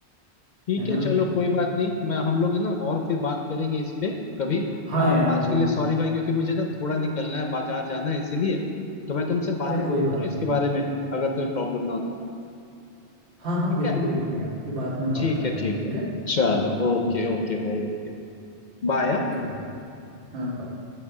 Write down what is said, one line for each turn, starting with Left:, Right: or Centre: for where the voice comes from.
Left: ठीक
Right: है ना
Left: है चलो कोई बात नहीं मैं हम लोग ना और फिर बात करेंगे इस पे कभी
Right: हाँ
Left: आ, आज
Right: यार अभी
Left: के लिए सॉरी भाई क्योंकि मुझे ना थोड़ा निकलना है बाजार जाना है इसीलिए तो मैं तुमसे
Right: अरे
Left: बाद में बात
Right: कोई बात
Left: करूँ इसके
Right: नहीं
Left: बारे में अगर तुम्हें प्रॉब्लम ना हो तो
Right: हाँ हाँ
Left: ठीक
Right: बिल्कुल
Left: है
Right: बिल्कुल यार फिर बाद में बात
Left: ठीक
Right: करते
Left: है ठीक
Right: हैं ठीक
Left: है
Right: है
Left: चलो
Right: हाँ
Left: ओके
Right: हम्म
Left: ओके भाई
Right: हम्म,
Left: ओके बाय हाँ?
Right: ओके बाय हाँ bye।